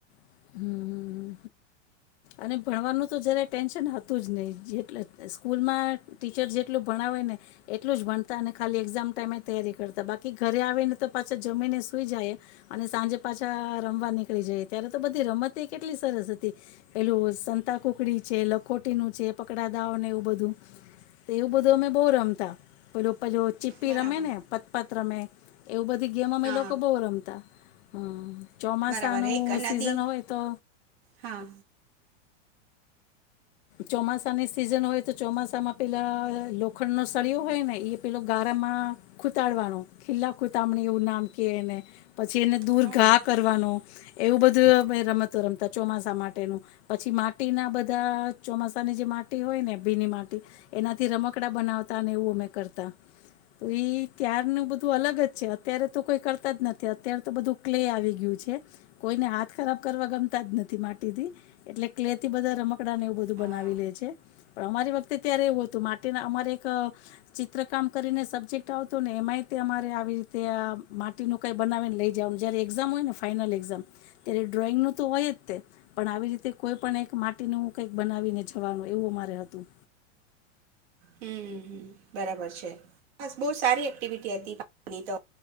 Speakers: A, on the left; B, on the right.
A: <inaudible> અને ભણવાનું તો જયારે ટેન્શન હતું જ નહી જેટલે સ્કૂલમાં ટીચર જેટલું ભણાવે ને એટલું જ ભણતા અને ખાલી એક્ઝામ ટાઈમે તૈયારી કરતા બાકી ઘરે આવીને તો પાછા જમીને સુઈ જાય અને સાંજે પાછા રમવા નીકળી જાય ત્યારે તો બધી રમત કેટલી સરસ હતી. પેલું સંતા કુકડી છે લખોટી નું છે પકડા દાઓ ને એવું બધું તો એવું બધું અમે બહુ રમતા પેલો પ ચીપી
B: બરાબર
A: રમે ને પતપત તમે એવું બધું ગેમ અમે
B: હા
A: લોકો બહુ રમતા. હા. ચોમાસા
B: બરાબર
A: નું
B: એક નદી
A: સીઝન હોય તો
B: હા
A: ચોમાસાની સિઝન હોય તો ચોમાસામાં પેલા લોખંડનો સળિયો હોય ને એ પેલો ગારામાં ખૂતાંડવાનો ખીલા ખૂતાંમણી એવું નામ કેને. પછી એને દૂર
B: હમ
A: ઘા કરવાનો એવું બધું રમતો રમતા. ચોમાસા માટેનું. પછી માટીના બધા ચોમાસાની જે માટી હોય ને ભીની માટી એનાથી રમકડા બનાવતા ને એવું અમે કરતા. તો ત્યારનું બધું અલગ જ છે. અત્યારે તો કોઈ કરતા જ નથી. અત્યારે તો બધું ક્લે આવી ગયું છે. કોઈને હાથ ખરાબ કરવા ગમતા જ નથી માટીથી. એટલે ક્લેથી બધા રમકડાં ને એવું બધું
B: હા
A: બનાવી લે છે. પણ અમારી વખતે ત્યારે એવું હતું. માટીના અમારે એક ચિત્રકામ કરીને સબ્જેક્ટ આવતો ને. એમાં અરે આવી રીતે માટીનું કઈક બનાવી લઈ જવાનું. જ્યારે એક્ઝામ હોય ને ફનલામ ત્યારે ડ્રોઈંગ ન તો હોય જ. પણ આવી રીતે કોઈ પણ માટીનું કઈક બનાવીને જવાનું એવું મારે હતું.
B: હમ બરાબર છે. બસ બહુ સારી એક્ટિવિટી હતી ની તો.